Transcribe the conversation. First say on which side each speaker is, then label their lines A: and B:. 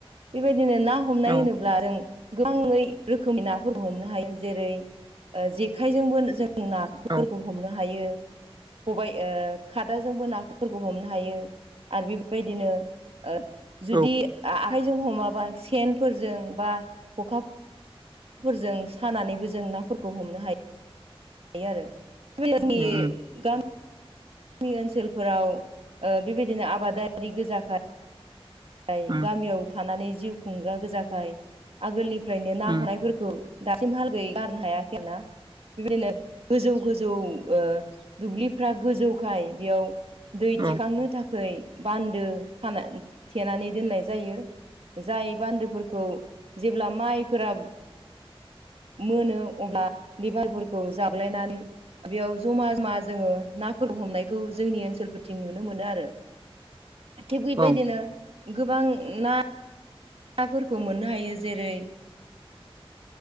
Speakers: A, on the right; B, on the right.
A: बेबायदिनो ना हमनाय
B: औ
A: होनोब्ला जों गोबाङै रोखोमै ना फोरबो हमनो हायो जेरै जेखायजोंबो जों नाफोरखौ
B: औ
A: हमनो हायो। खबाइ ओ खादाजोंबो नाफोरखौ हमनो हायो। आरो बेफोरबादिनो ओ जुदि
B: औ
A: आखाइजों हमाबा सेनफोरजों बा खखा फोरजों सानानैबो जों नाफोरखौ हमनो हा यो आरो। <unintelligible>
B: उम
A: नि ओनसोलफोराव ओ बेबायदिनो आबादारि गोजाखाय य
B: उम
A: गामियाव थानानै जिउ खुंग्रा गोजाखाय आगोलनिफ्रायनो ना
B: उम
A: हमनायफोरखौ दासिमहालागै गारनो हायाखै आरोना। बेबायदिनो गोजौ गोजौ ओ दुब्लिफ्रा गोजौखाय बेयाव दै
B: औ
A: थिखांनो थाखै बान्दो खाना थेनानै दोननाय जायो। जाय बान्दोफोरखौ जेब्ला माइफोरा मोनो अब्ला बे माइफोरखौ जाबलायनानै बेयाव जमा जमा जोङो नाफोर हमनायखौ जोंनि ओनसोलफोरथिं नुनो मोनो आरो।
B: <inaudible>
A: थिग बेबायदिनो
B: औ
A: गोबां ना ना फोरखौ मोननो हायो। जेरै